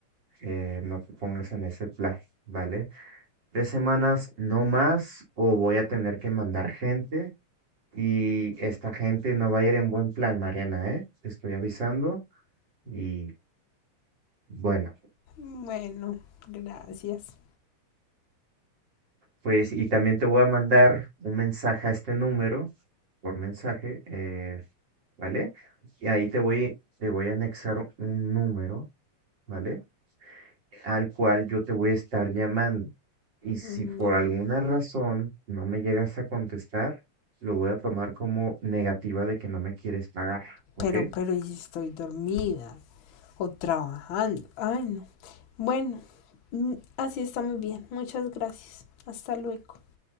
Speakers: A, on the right; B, on the left.
A: eh, no te pongas en ese plan, ¿vale? Tres semanas, no más, o voy a tener que mandar gente Y esta gente no va a ir en buen plan, Mariana, ¿eh? Te estoy avisando. Y bueno,
B: Bueno, gracias.
A: pues, y también te voy a mandar un mensaje a este número, por mensaje, eh, ¿vale? Y ahí te voy, te voy a anexar un número, ¿vale? Al cual yo te voy a estar llamando. Y si
B: Bueno.
A: por alguna razón no me llegas a contestar, lo voy a tomar como negativa de que no me quieres pagar, ¿ok?
B: Pero, pero, ¿y si estoy dormida o trabajando? Ay, no. Bueno, mm, así está muy bien. Muchas gracias. Hasta luego.